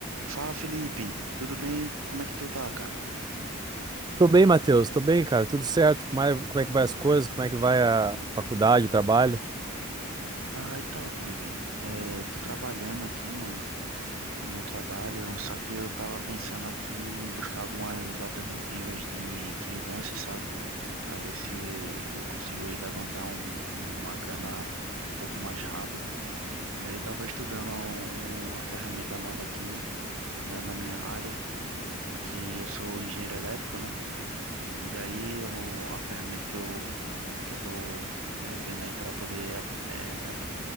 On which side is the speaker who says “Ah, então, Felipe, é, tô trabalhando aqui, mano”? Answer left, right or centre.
Right